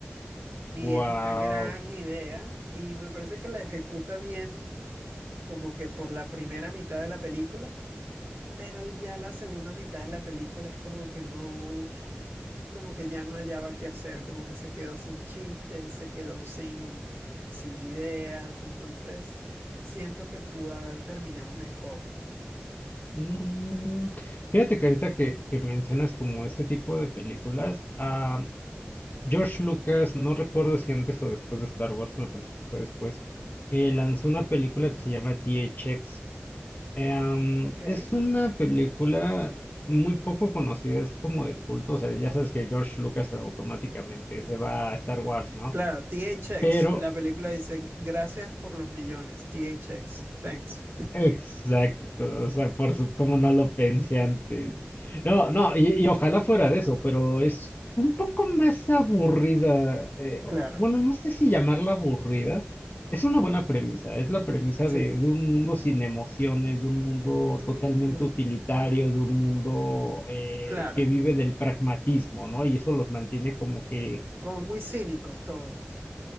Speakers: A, on the right; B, on the left.
A: Y
B: Wow.
A: es una gran idea y me parece que la ejecuta bien como que por la primera mitad de la película. Pero ya la segunda mitad de la película es como que no, es como que ya no hallaba qué hacer, como que se quedó sin chistes, se quedó sin, sin ideas, entonces siento que pudo haber terminado mejor.
B: Mm, fíjate que ahorita que, que mencionas como este tipo de películas, ah, George Lucas, no recuerdo si antes o después de Star Wars, me parece que fue después, eh, lanzó una película que se llama THX. Em,
A: Ok.
B: es una película muy poco conocida, es como de culto, o sea, ya sabes que George Lucas automáticamente se va a Star Wars, ¿no?
A: Claro, THX,
B: Pero
A: la película dice, gracias por los millones, THX, thanks.
B: Exacto, o sea, por su,
A: <laughs>
B: como no lo pensé antes. No, no, y, y ojalá fuera de eso, pero es un poco más aburrida. eh,
A: Claro,
B: o- bueno, no sé si llamarla aburrida. Es una buena premisa, es la premisa
A: sí.
B: de, de un mundo sin emociones, de un mundo
A: Mm,
B: totalmente utilitario, de un mundo eh,
A: claro,
B: que vive del pragmatismo, ¿no? Y eso los mantiene como que
A: como muy cínicos todos.